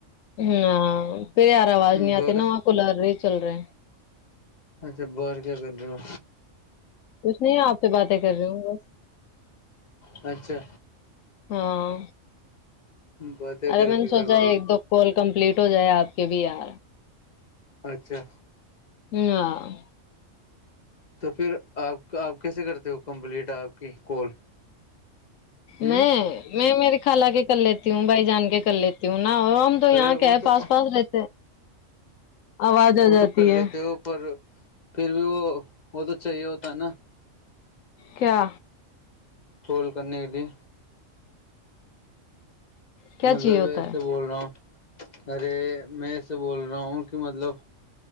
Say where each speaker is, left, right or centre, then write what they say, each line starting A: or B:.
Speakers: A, on the left (about 80°); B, on the left (about 35°).
A: ہاں پھر یار آواز نہیں
B: باہر
A: آتی نا وہاں کولر رہے چل رہے ہیں
B: اچھا باہر کیا کر رہی ہو
A: کچھ نہیں ہے آپ سے باتیں کر رہی ہوں بس
B: اچھا
A: ہاں
B: باتیں
A: ارے
B: کر
A: میں
B: کے
A: نے
B: کیا
A: سوچا
B: کرو
A: ہے ایک دو کال کمپلیٹ ہو جائے آپ کے بھی یار
B: اچھا
A: ہ <unintelligible> <inaudible>
B: تو پھر آپ آپ کیسے کرتے ہو کمپلیٹ آپ کی کال ہوں
A: میں میں میری خال کے کر لیتی ہوں بھائی جان کے کر لیتی ہوں نا وہ ہم تو یہاں
B: ارے
A: کیا
B: وہ تو
A: پاس پاس رہتے ہیں آواز
B: وہ
A: آ جاتی
B: تو کر
A: ہے
B: لیتے ہو پر پھر بھی وہ وہ تو چاہیے ہوتا ہے نا
A: کیا
B: پول کرنے کے لیے
A: کیا
B: مطلب
A: چاہیے ہوتا
B: ایسے
A: ہے
B: بول رہا ہوں ارے میں ایسے بول رہا ہوں کہ مطلب